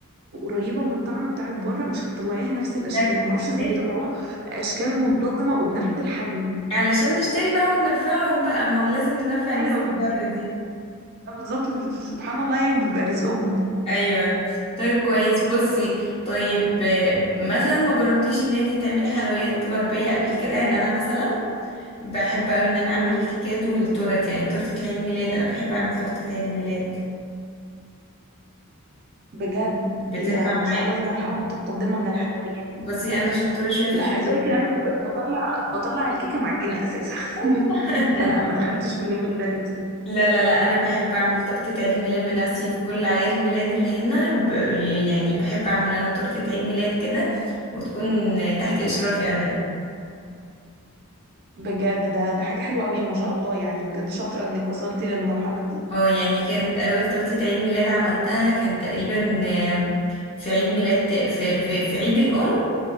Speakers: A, on the right; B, on the left.
A: قريبه من طعم بتاعت بره مش هتطلعيها نفس الاشكال
B: شكل
A: ما اعرفش ازاي
B: ايوه
A: بيطلعوها اشكال منتظمه وبنفس الحجم
B: علشان نشتري بقى وننفعهم بقى ما هو لازم ننفع الناس
A: ايوه
B: اللي بره دي
A: بالظبط سبحان الله يعني بيبقى رزقهم
B: ايوه طيب كويس بصي طيب آه، مثلا ما جربتيش ان انت تعملي حلويات غربيه قبل كده يعني انا مثلا بحب قوي ان انا اعمل الكيكات والتورت يعني تورته عيد الميلاد انا بحب اعمل تورته عيد الميلاد
A: بجد
B: بتطلع
A: ايه ده ما شاء
B: معايا
A: الله
B: بتجيب
A: دي مرحلة متقدمة من الحلويات
B: بصي انا شطوره شويه في
A: لا
B: الحلويات
A: عايزة اقولك ان انا ب- بطلع بطلع الكيكة معجنة اساسا
B: <laughs>
A: <laughs> فلا ما دخلتش في الليفل ده لسه
B: لا لا لا انا بحب اعمل تورته عيد الميلاد بنفسي في كل اعياد الميلاد اللي هنا ب... يعني بحب اعمل انا تورته عيد ميلاد كده وتكون تحت اشرافي انا
A: بجد ده ده حاجة حلوة قوي ما شاء الله يعني بجد شاطرة انك وصلتي للمرحلة دي
B: اه يعني كانت اول تورته عيد ميلاد عملتها كان تقريبا آه، في عيد ميلاد في في, في عيد الام